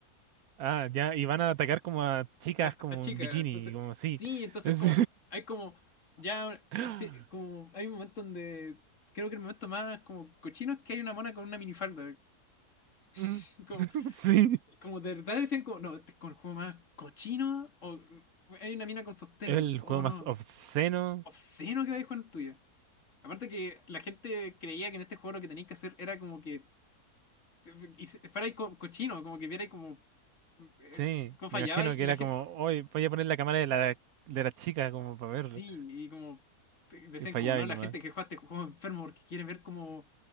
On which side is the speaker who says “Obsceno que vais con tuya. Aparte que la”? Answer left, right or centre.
Left